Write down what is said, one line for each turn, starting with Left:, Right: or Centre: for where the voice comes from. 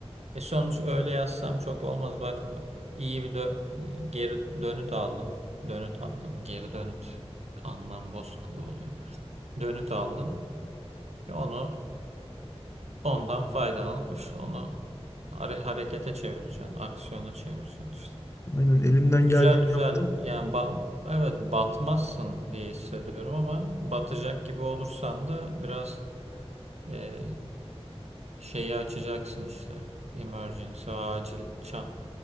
Right: E sonuç öyle yazsam çok olmaz. Bak iyi bir dö- geri dönüt aldın. Dönüt aldın. Geri dönüt anlam bozukluğu oluyor. Dönüt aldın. E onu ondan faydalanıp işte onu hare- harekete çevireceksin. Aksiyona çevireceksin işte.
Left: Aynen elimden
Right: Güzel
Left: geldiğini
Right: güzel
Left: yaptım.
Right: yani ba- evet batmazsın diye hissediyorum ama batacak gibi olursan da biraz e, şeyi açacaksın işte. Emergency, acil, ça-